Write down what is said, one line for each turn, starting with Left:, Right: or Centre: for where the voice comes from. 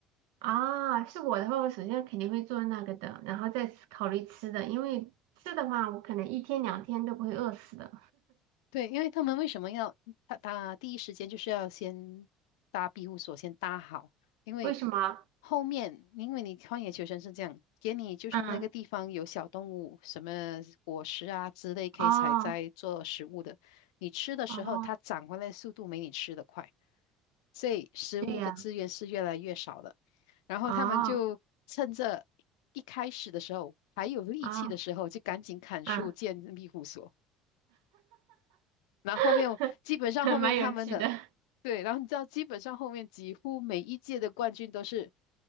Right: 啊，是我的话，我首先肯定会做那个的，然后再思考虑吃的，因为吃的话，我可能一天两天都不会饿死的。
Left: 对，因为他们为什么要他他第一时间就是要先搭庇护所，先搭好，因为
Right: 为什么？
Left: 后面因为你荒野求生是这样，给你就算那个地方有小动物，
Right: 嗯，
Left: 什么果实啊之类可以采摘做食物的，
Right: 哦，
Left: 你吃的时候它长回来的速度没你吃的快，
Right: 哦，
Left: 所以食物的资源是越来越少的。
Right: 对呀，
Left: 然后他们就趁着一开始的时候还有力气的时候，
Right: 哦，哦，
Left: 就赶紧砍树建庇护所。
Right: 嗯，
Left: 然后后面我基本上后面他们的
Right: <laughs> 蛮有趣的，
Left: 对，然后你知道基本上后面几乎每一届的冠军都是